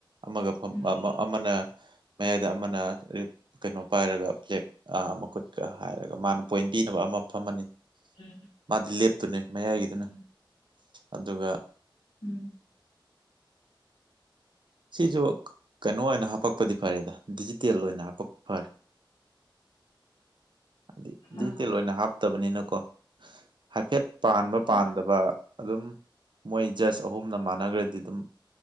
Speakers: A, on the right; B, on the left.
A: ꯑꯃꯒ
B: ꯎꯝ
A: ꯑꯃꯅ ꯃꯌꯥꯏꯗ ꯑꯃꯅ ꯀꯩꯅꯣ ꯄꯥꯏꯔꯒ ꯐ꯭ꯂꯦꯛ ꯃꯈꯨꯠꯀ ꯍꯥꯏꯔꯒ ꯃꯥꯅ ꯄꯣꯏꯟ ꯄꯤꯅꯕ ꯑꯃ ꯐꯝꯃꯅꯤ
B: ꯎꯝ
A: ꯃꯥꯗꯤ ꯂꯦꯞꯇꯨꯢꯅꯦ ꯃꯌꯥꯏꯒꯤꯗꯨꯅ
B: ꯎꯝ
A: ꯑꯗꯨꯒ
B: ꯎꯝ
A: ꯁꯤꯁꯨ ꯀꯩꯅꯣ ꯑꯣꯏꯅ ꯍꯥꯄꯛꯄꯗꯤ ꯐꯔꯦꯗ ꯗꯤꯖꯤꯇꯦꯜ ꯑꯣꯏꯅ ꯍꯥꯄꯛꯄ ꯐꯔꯦ ꯍꯥꯏꯗꯤ ꯗꯤꯖꯤꯇꯦꯜ
B: ꯑꯥ
A: ꯑꯣꯏꯅ ꯍꯥꯞꯇꯕꯅꯤꯅꯀꯣ ꯍꯥꯏꯐꯦꯠ ꯄꯥꯟꯕ
B: ꯍꯣꯏ
A: ꯄꯥꯟꯗꯕ ꯑꯗꯨꯝ ꯃꯣꯏ ꯖꯁ ꯑꯍꯨꯝꯅ ꯃꯥꯟꯅꯈ꯭ꯔꯗꯤ ꯑꯗꯨꯝ